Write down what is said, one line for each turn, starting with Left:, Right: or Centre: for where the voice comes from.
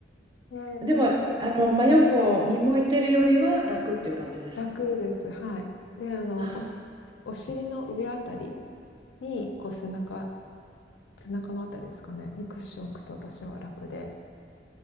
Left: ね、
Right: でも、あの、真横に向いてるよりは楽っていう感じですか
Left: 楽です。はい。で、あの、
Right: あ
Left: おし、お尻の上あたりに、こう背中、背中のあたりですかね、にクッションを置くと私は楽で。